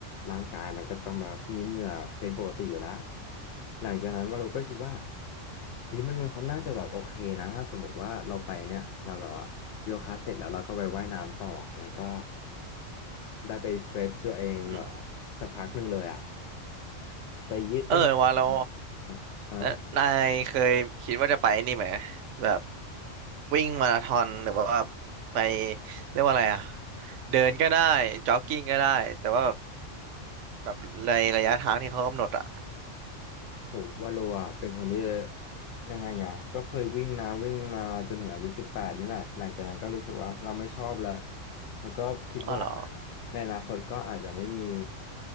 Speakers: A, on the left; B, on the right.
A: ร่างกายมันก็ต้องแบบมีเหงื่อเป็นปกติอยู่แล้วหลังจากนั้นวาโลก็คิดว่าเฮ้ยมันมันเขาน่าจะแบบโอเคนะถ้าสมมติว่าเราไปเนี่ยเราแบบว่าโยคะเสร็จแล้วเราก็ไปว่ายน้ำต่ออะมันก็ ได้ไปเฟรชตัวเองแบบ
B: อืม
A: สักพักหนึ่งเลยอ่ะไปยืดเส้น
B: เออว่าเรา
A: ใช่ฮะ
B: แล้วนายเคยคิดว่าจะไปนี่ไหมแบบวิ่งมาราธอนหรือว่าไปเรียกว่าอะไรอะเดินก็ได้จ็อกกิ้งก็ได้แต่ว่าแบบแบบในระยะทางที่เขากำหนดอะ
A: ถูกว่าโลอ่ะเป็นคนที่ยังไงอ่ะก็เคยวิ่งนะวิ่งมาจนถึงอายุสิบแปดนี่แหละหลังจากนั้นก็รู้สึกว่าเราไม่ชอบแล้วแล้วก็คิดว่า
B: อ๋อเหรอ
A: ในอนาคตก็อาจจะไม่มี